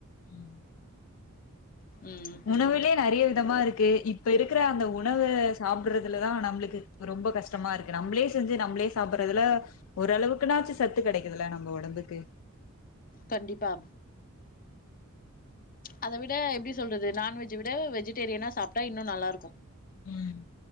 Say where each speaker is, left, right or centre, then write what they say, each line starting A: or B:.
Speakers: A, on the left; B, on the left.
A: ம்
B: ம்
A: உணவிலே நெறைய விதமா இருக்கு இப்ப இருக்ற அந்த உ உணவு சாப்புடுறதுலதா நம்ளுக்கு ரொம்ப கஷ்டமாருக்கு நம்ளே செஞ்சு நம்ளே சாப்புடுறதுல ஓரளவுக்குனாச்சு சத்து கெடைக்குதுல நம்ம உடம்புக்கு
B: கண்டிப்பா அத விட எப்டி சொல்றது நான்வெஜ் விட வெஜிடேரியனா சாப்ட்டா இன்னு நல்லா இருக்கு
A: ம்